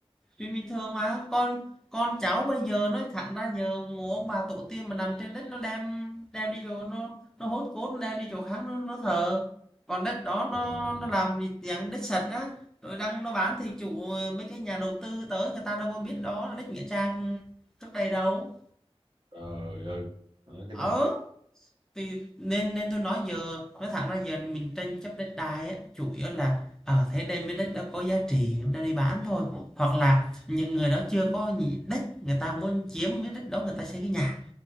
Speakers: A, in the centre; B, on the right (about 50°).
A: chuyện bình thường mà con con cháu bây giờ nói thẳng ra giờ mồ ông bà tổ tiên mà nằm trên đất nó đem đem đi chỗ nó nó hốt cốt nó đem đi chỗ khác nó, nó thờ còn đất đó
B: trời
A: nó nó làm gì dạng đất sạch á rồi đang nó bán thì chủ ờ, mấy cái nhà đầu tư tới người ta đâu có biết đó là đất nghĩa trang trước đây đâu
B: trời ơi đó, cái
A: ờ
B: này
A: thì nên nên tôi nói giờ nói thẳng ra giờ mình tranh chấp đất đai á chủ yếu là ở thế đây miếng đất đó có giá trị đang đi bán thôi hoặc là những người đó chưa có nhị- đất người ta muốn chiếm miếng đất đó người ta xây cái nhà